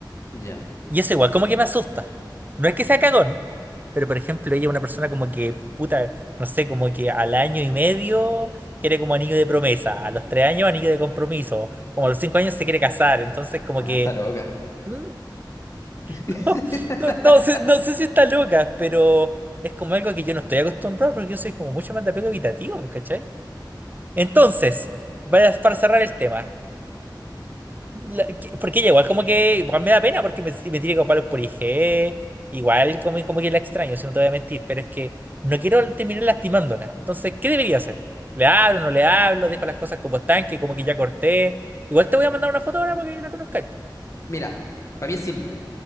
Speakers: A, on the left; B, on the right.
A: Ya,
B: Y eso igual, como que me asusta. No es que sea cagón, pero por ejemplo, ella es una persona como que, puta, no sé, como que al año y medio quiere como anillo de promesa, a los tres años anillo de compromiso, como a los cinco años se quiere casar. Entonces, como
A: Ah,
B: que...
A: está loca.
B: mm, <laughs>
A: <laughs>
B: No, no sé, no sé si está loca, pero es como algo que yo no estoy acostumbrado porque yo soy como mucho más de apego evitativo, pues, ¿cachai? Entonces, vaya- para cerrar el tema, la- que- porque ella igual como que igual me da pena porque me, si me tiene como palos por i g igual como, como que la extraño, si no te voy a mentir, pero es que no quiero terminar lastimándola. Entonces, ¿qué debería hacer? ¿Le hablo, no le hablo? ¿Dejo las cosas como están, que como que ya corté? Igual te voy a mandar una foto ahora para que la conozcas.
A: Mira, para mí es simple.